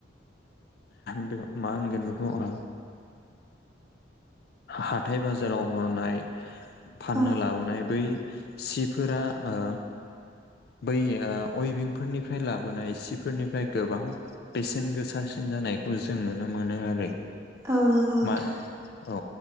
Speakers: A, on the left (about 55°); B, on the right (about 15°).
A: बि मा होनगोन बिहा हाथाय बाजाराव हरनाय फाननो
B: औ
A: लाबोनाय बै सिफोरा ओ बै अयबिंफोरनिफ्राय लाबोनाय सिफोरनिफ्राय गोबां बेसेन गोसासिन जानायखौ जों नुनो मोनो आरो
B: औ नंगौ नोंथां
A: मा औ